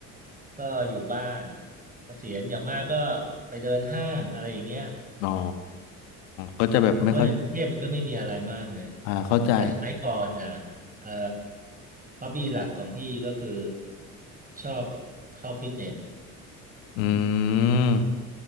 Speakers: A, on the right; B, on the left.
A: ก็อยู่บ้านเกษียณอย่างมากก็ไปเดินห้างอะไรอย่างเงี้ย
B: อ๋อ ก็จะแบบไม่ค่อย
A: เพราะในกรุงเทพมันก็ไม่มีอะไรมากไง
B: อ่าเข้าใจ
A: แต่สมัยก่อนอ่ะเอ่อฮอบบี้หลักของพี่ก็คือชอบเข้าฟิตเนส
B: อืม